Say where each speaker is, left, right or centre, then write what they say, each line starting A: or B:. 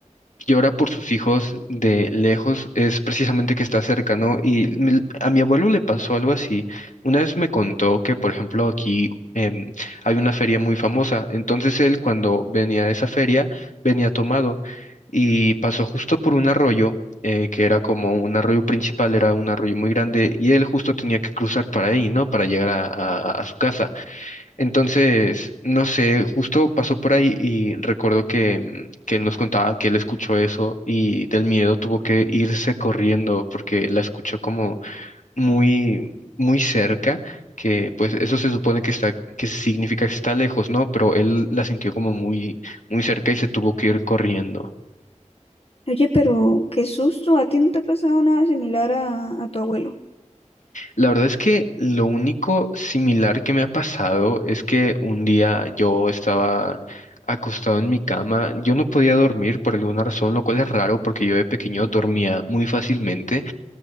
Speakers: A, on the left; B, on the left.
A: llora por sus hijos de lejos es precisamente que está cerca, ¿no? Y me- a mi abuelo le pasó algo así. Una vez me contó que, por ejemplo, aquí em, hay una feria muy famosa. Entonces él, cuando venía de esa feria, venía tomado y pasó justo por un arroyo. eh, que era como un arroyo principal, era un arroyo muy grande y él justo tenía que cruzar para ahí, ¿no? Para llegar a a- a su casa. Entonces, no sé, justo pasó por ahí y recuerdo que, mm, que nos contaba que él escuchó eso y del miedo tuvo que irse corriendo porque la escuchó como muy, muy cerca, que pues eso se supone que está, que significa que está lejos, ¿no? Pero él la sintió como muy, muy cerca y se tuvo que ir corriendo.
B: Oye, pero qué susto, ¿a ti no te ha pasado nada similar a, a tu abuelo?
A: La verdad es que lo único similar que me ha pasado es que un día yo estaba acostado en mi cama, yo no podía dormir por alguna razón, lo cual es raro porque yo de pequeño dormía muy fácilmente